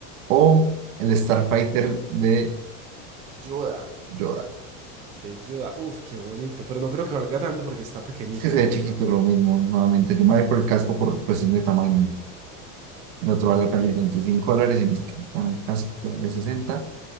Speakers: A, on the right; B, on the right.
A: o el Starfighter de
B: Yoda,
A: Yoda.
B: de Yoda. Uf, qué bonito. Pero no creo que valga tanto porque está pequeñito,
A: Es que se ve
B: ¿cierto?
A: chiquito lo mismo, nuevamente. Yo me voy por el casco por cuestión de tamaño. El otro vale
B: Muy
A: apenas
B: bien.
A: 25 dólares y nos quedan el casco que vale 60.